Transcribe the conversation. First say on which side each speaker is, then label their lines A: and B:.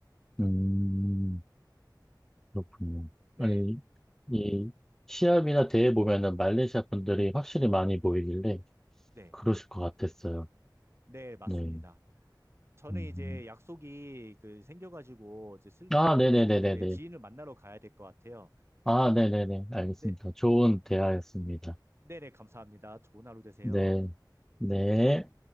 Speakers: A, in the centre; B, on the right.
A: 음, 그렇군요.
B: 네,
A: 아니, 이 시합이나 대회 보면은 말레이시아 분들이 확실히 많이 보이길래
B: 네,
A: 그러실 것 같았어요.
B: 네, 맞습니다.
A: 네.
B: 저는
A: 음.
B: 이제 약속이 그 생겨가지고 이제 슬슬
A: 아, 네네네네네.
B: 이제- 이제 지인을 만나러 가야 될 것 같아요.
A: 아, 네네네. 알겠습니다.
B: 네,
A: 좋은 대화였습니다.
B: 네네, 감사합니다. 좋은 하루 되세요.
A: 네. 네.